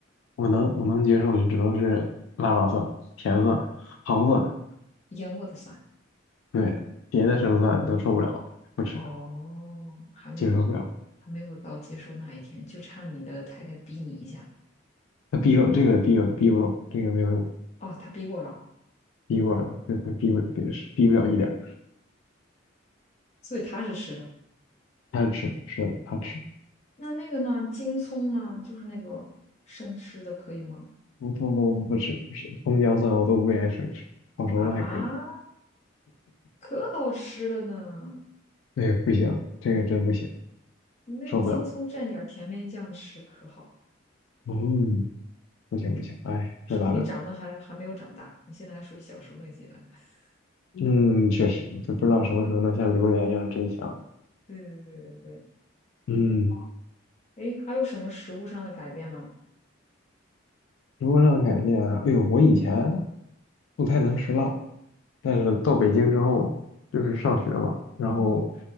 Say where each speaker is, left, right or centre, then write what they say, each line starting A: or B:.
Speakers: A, on the left; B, on the left.
A: 我能我能接受的只能是腊八蒜、甜蒜、糖蒜，
B: 腌过的蒜。
A: 对，别的生蒜都受不了，不吃，
B: 哦，还没有，
A: 接受不了。
B: 还没有到接受那一天，就差你的太太逼你一下。
A: 他逼我这个逼我逼不动，这个没有用，
B: 哦，她逼过了，
A: 逼过了，这他逼不逼是逼不了一点儿
B: 所以她是吃的。
A: 他吃是的，他吃，
B: 那那个呢？京葱呢？就是那个生吃的，可以吗？
A: 不不不不吃，是葱姜蒜我都不愿意生吃，炒熟了还可以。
B: 啊，可好吃了呢！
A: 哎呦，不行，这个真不行，
B: 你那京葱蘸点儿甜面酱吃可好，
A: 受不了。嗯，不行不行，哎，
B: 说明你长得还还没有长大，
A: 这咋整？
B: 你现在还属于小时候那阶段。<laughs>
A: 嗯，确实，就不知道什么时候能像榴莲一样真香。
B: 对对对对对。
A: 嗯，
B: 诶，还有什么食物上的改变吗？
A: 食物上的改变啊，哎呦，我以前不太能吃辣，但是到北京之后，就是上学嘛，然后
B: 嗯